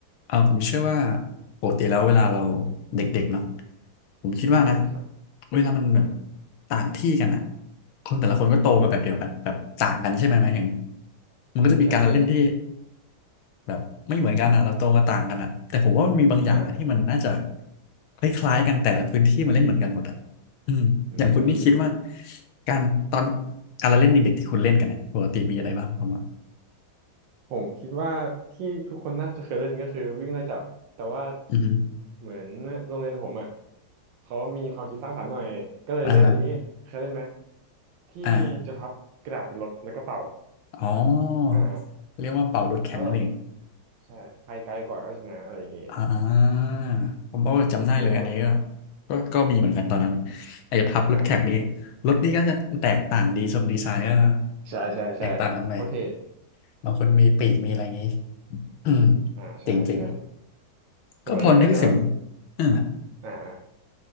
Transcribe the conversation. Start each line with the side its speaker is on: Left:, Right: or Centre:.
Left: เออผมเชื่อว่าปกติแล้วเวลาเราเด็กๆเนาะผมคิดว่านะ
Right: อืมครับ
Left: เวลามันแบบต่างที่กันอ่ะคนแต่ละคนก็โตมาแบบเดียวกันแบบต่างกันใช่ไหมหมายถึงมันก็จะมีการละเล่นที่
Right: อืมใช่ใช่
Left: แบบไม่เหมือนกันอ่ะเราโตมาต่างกันอ่ะแต่ผมว่ามันมีบางอย่างอะที่มันน่าจะ
Right: อ่า
Left: คล้ายๆกันแต่ละพื้นที่มันเล่นเหมือนกันหมดอ่ะอืมอย่างคุณนี่คิดว่า
Right: อืม
Left: การตอนการละเล่นเด็กๆที่คุณเล่นกันเนี่ยปกติมีอะไรบ้างประมาณ
Right: ผมคิดว่าที่ทุกคนน่าจะเคยเล่นก็คือวิ่งไล่จับแต่ว่า
Left: อือฮึ
Right: เหมือนโรงเรียนผมอ่ะเขามีความคิดสร้างสรรค์หน่อยก็เลยเล่นอันนี้เคยเล่นไหม
Left: อ่าฮะ
Right: ที่จะพับกระดาษเป็นรถแล้วก็เป่า
Left: อ่าอ๋อ
Right: อ่า
Left: เรียกว่าเป่ารถแข่งนั่นเอง
Right: แล้วใช่ใครไกลกว่าก็ชนะอะไรอย่างงี้
Left: อ่าผมก็จำได้เลยอันนี้ก็
Right: เป็นอย่างคน
Left: ก็ก็มีเหมือนกันตอนนั้นไอ้พับรถแข่งนี่
Right: อ่า
Left: รถนี่ก็จะแตกต่างดีทรงดีไซน์ก็
Right: ใช่ใช่ใช่โคตรเท่
Left: แตกต่างกันไปบางคนมีปีกมีอะไรอย่างนี้ <clears throat> อืม
Right: อ่าใช่ใช่
Left: จริงจริง
Right: แต่เหมือนนั้นก็จะแบบ
Left: ก็พอนึกถึงเออ
Right: อ่า